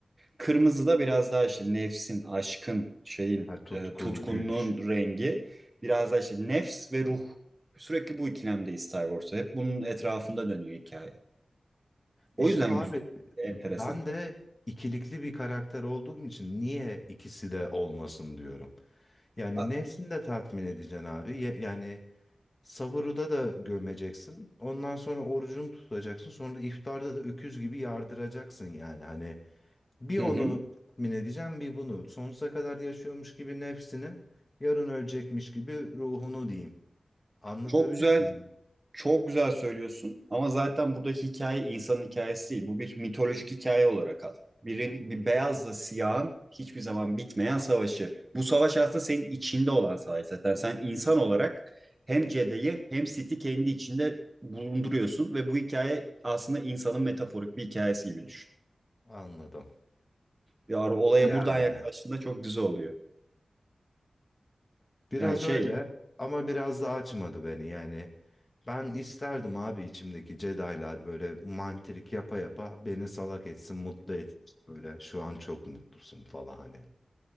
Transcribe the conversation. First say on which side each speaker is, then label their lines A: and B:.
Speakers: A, on the right; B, on the left.
A: Kırmızı da biraz daha işte nefsin, aşkın, şeyin,
B: Ha, tutku,
A: e, tutkunluğun
B: güç.
A: rengi. Biraz daha işte nefs ve ruh. Sürekli bu ikilemdeyiz Star Wars'ta. Hep bunun etrafında dönüyor hikaye.
B: İşte
A: O yüzden
B: abi
A: gü- enteresan.
B: ben de ikilikli bir karakter olduğum için niye ikisi de olmasın diyorum. Yani
A: A-
B: nefsini de tatmin edeceksin abi. Ya- yani Sahurda da gömeceksin. Ondan sonra orucunu tutacaksın. Sonra da iftarda da öküz gibi yardıracaksın yani. Hani bir
A: Hı
B: onu
A: hı.
B: tatmin edeceğim bir bunu. Sonsuza kadar yaşıyormuş gibi nefsini, yarın ölecekmiş gibi ruhunu diyeyim. Anlatabiliyor
A: Çok güzel
B: muyum?
A: Çok güzel söylüyorsun ama zaten buradaki hikaye insanın hikayesi değil. Bu bir mitolojik hikaye olarak al. Birin, bir beyazla siyahın hiçbir zaman bitmeyen
B: Ha,
A: savaşı. Bu savaş aslında senin içinde olan savaş zaten. Sen insan olarak hem Jedi'yi hem Sith'i kendi içinde bulunduruyorsun ve bu hikaye aslında insanın metaforik bir hikayesi gibi düşün.
B: anladım.
A: Ya olaya
B: Yani.
A: buradan yaklaştığında çok güzel oluyor.
B: Biraz
A: Yani şey
B: öyle ama biraz da açmadı beni yani. Ben isterdim abi içimdeki Jedi'lar böyle mantrik yapa yapa beni salak etsin, mutlu etsin. Böyle şu an çok mutlusun falan hani.